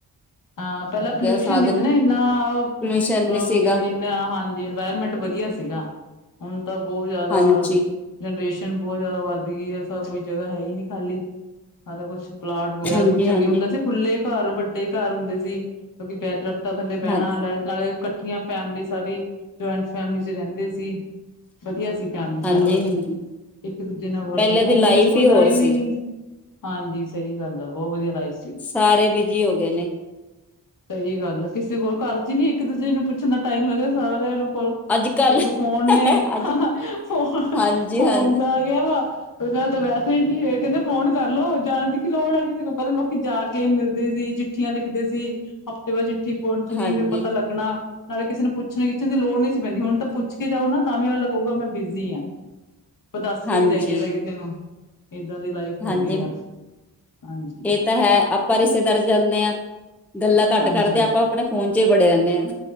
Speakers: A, on the left (about 50°); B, in the centre.
A: ਹਾਂ ਪਹਿਲਾਂ ਪਲਿਊਸ਼ਨ
B: ਸਾਧਨ
A: ਨਹੀਂ ਸੀ ਨਾ ਇਨਾ
B: ਪੋਲਿਊਸ਼ਨ
A: ਕਿਉਕਿ <unintelligible>
B: ਨਹੀਂ ਸੀਗਾ
A: ਹਾਂਜੀ ਇਨਵਾਇਰਮੈਂਟ ਵਧੀਆ ਸੀਗਾ, ਹੁਣ ਤਾਂ ਬਹੁਤ ਜਿਆਦਾ
B: ਹਾਂਜੀ
A: ਜਨਰੇਸ਼ਨ ਬਹੁਤ ਜਿਆਦਾ ਵੱਧ ਗਈ ਐ ਐਸਾ ਕੋਈ ਜਗਹਾ ਹੀ ਨਹੀਂ ਖਾਲੀ ਆਹ ਤਾਂ ਕੁਛ ਪਲਾਟ ਵਗੈਰਾ
B: ਹਾਂਜੀ
A: ਕੁਝ
B: ਹਾਂਜੀ
A: ਅੱਗੇ ਹੁੰਦਾ ਸੀ ਖੁੱਲੇ ਘਰ ਵੱਡੇ ਘਰ ਹੁੰਦੇ ਸੀ, ਕਿਉਂਕਿ ਬੈਟਰ ਤਾਂ ਥੱਲੇ ਬਹਿਣਾ
B: ਹਾਂ
A: ਨਾਲੇ ਇਕੱਠੀਆਂ ਫੈਮਿਲੀ ਸਾਰੀ ਜੁਇੰਟ ਫੈਮਲੀ ਚ ਰਹਿੰਦੇ ਸੀ। ਵਧੀਆ ਸੀ ਫੈਮਲੀ
B: ਹਾਂਜੀ
A: ਸਾਰਾ ਕੁਛ,
B: ਹਾਂਜੀ
A: ਇੱਕ ਦੂਜੇ ਨਾਲ ਹੋਰ
B: ਪਹਿਲੇ ਦੀ ਲਾਈਫ
A: ਕਿਸੇ ਕੋਲ ਟਾਈਮ
B: ਹੋਰ ਸੀ
A: ਹੀ ਨੀ ਹਾਂਜੀ ਸਹੀ ਗੱਲ ਐ ਬਹੁਤ ਵਧੀਆ ਰਾਏ ਸੀ।
B: ਸਾਰੇ ਬਿਜ਼ੀ ਹੋ ਗਏ ਨੇ,
A: ਸਹੀ ਗੱਲ ਏ ਕਿਸੇ ਕੋਲ ਘਰ ਚ ਨਹੀਂ ਇੱਕ ਦੂਜੇ ਨੂੰ ਪੁੱਛਣ ਦਾ ਟਾਈਮ ਹੈਗਾ ਸਾਰਿਆਂ ਕੋਲ
B: ਅੱਜ ਕੱਲ
A: ਇੱਕ ਫੋਨ ਨੇ,
B: ਅੱਜ
A: ਫੋਨ-ਫੋਨ
B: ਹਾਂਜੀ ਹਾਂਜੀ
A: ਗਿਆ ਵਾ। ਤੇ ਮੈਂ ਤਾਂ ਵੈਸੇ ਹੀ ਨਹੀਂ ਇਹ ਕਹਿੰਦੇ ਫੋਨ ਕਰ ਲਓ ਜਾਣ ਦੀ ਕੀ ਲੋੜ ਹੀ ਕਿਸੇ ਨੂੰ ਪਹਿਲਾਂ ਲੋਕੀ ਜਾ ਕੇ ਮਿਲਦੇ ਸੀ। ਚਿੱਠੀਆਂ ਲਿਖਦੇ ਸੀ, ਹਫਤੇ ਬਜ ਚਿੱਠੀ ਫੋਨ ਚ ਨਹੀਂ
B: ਹਾਂਜੀ
A: ਫਿਰ ਪਤਾ ਲੱਗਣਾ। ਨਾਲੇ ਕਿਸੇ ਨੂੰ ਪੁੱਛ ਨਾ ਕਿਸੇ ਦੀ ਲੋੜ ਨਹੀਂ ਸੀ ਪੈਂਦੀ ਹੁਣ ਅੰਦਰ ਪੁੱਛ ਕੇ ਜਾਓ ਨਾ ਤਾਂ ਵੀ ਕਹੂਗਾ ਮੈਂ ਬਿਜ਼ੀ ਆਂ। ਦੱਸ ਕੀ
B: ਹਾਂਜੀ
A: ਵੀ ਜਾਈਏ ਸਹੀ ਤੈਨੂੰ ਇਦਾਂ ਦੀ ਲਾਈਫ
B: ਹਾਂਜੀ
A: ਹੋ ਗਈ ਐ, ਹਾਂਜੀ।
B: ਇਹ ਤਾਂ ਹੈ ਆਪਾਂ ਰਿਸ਼ਤੇਦਾਰ ਜਾਨੇ ਆ, ਗੱਲਾਂ ਘੱਟ
A: ਹਾਂਜੀ
B: ਕਰਦੇ ਆ ਆਪਾਂ ਆਪਣੇ ਫੋਨ ਚ ਹੀ ਬੜੇ ਰਹਿਨੇ ਆ।